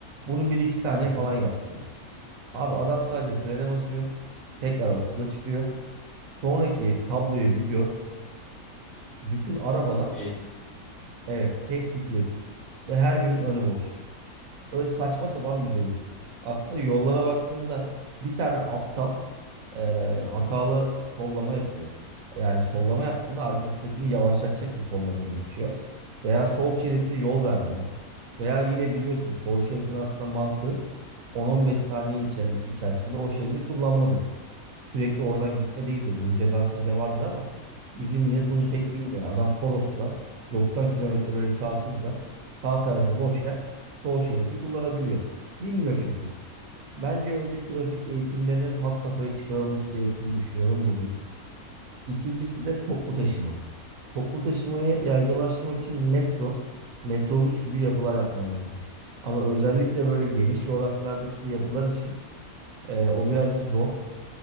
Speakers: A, on the right; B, on the left.
A: Bunu bir iki saniye
B: hı hı.
A: falan yapıyor. Abi adam sadece frene basıyor. Tekrar 30'a çıkıyor. Sonraki tabloyu bir gör. Bütün arabalar
B: Kilit.
A: evet hepsi kilit. Ve her birinin önü boş. Öyle saçma sapan bir durum. Aslında yollara baktığında bir tane aptal e, hatalı sollama yapıyor. Yani sollama yaptığında arkasındakini yavaşlatacak bir sollamaya gidişiyor. Veya sol şeritte yol vermiyor. Veya yine biliyorsun sol şeritin aslında mantığı 10-15 saniye için, içerisinde o şeridi kullanmadır. Sürekli oradan gitme değildir. Bunun cezası bile vardır ama bizim millet
B: Hı
A: bunu
B: hı.
A: pek bilmiyor. Adam Toros'la 90 kilometre bölü saat hızla sağ tarafı boşken sol şeridi kullanabiliyor. Bilmiyor çünkü. Bence önce trafik eğitimlerinin had safhaya çıkarılması gerektiğini düşünüyorum bu bir. İkincisi de toplu taşıma. Toplu taşımayı yaygınlaştırmak için metro, metrobüs gibi yapılar yapman lazım. Ama özellikle böyle geniş coğrafyalardaki yapılar için e, o birazcık zor.